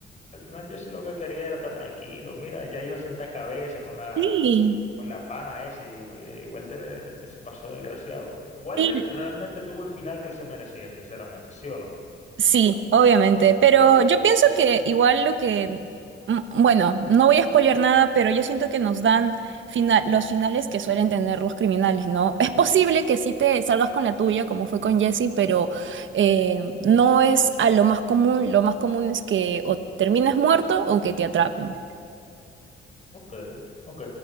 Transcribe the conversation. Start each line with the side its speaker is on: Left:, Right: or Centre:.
Left: al final Jesse lo que quería era estar tranquilo. Mira, ya iba a sentar cabeza con la,
Right: Sí,
Left: con la pana ese y, we- y Walter eh, se pasó desgraciado. Walter
Right: sí,
Left: realmente tuvo el final que él se merecía, sinceramente, ¿sí o no?
Right: Sí, obviamente, pero yo pienso que igual lo que, mm, bueno, no voy a spoilear nada, pero yo siento que nos dan fina- los finales que suelen tener los criminales, ¿no? Es posible que sí te salgas con la tuya, como fue con Jesse, pero eh, no es a lo más común. Lo más común es que o termines muerto o que te atrapen.
Left: Ok, ok.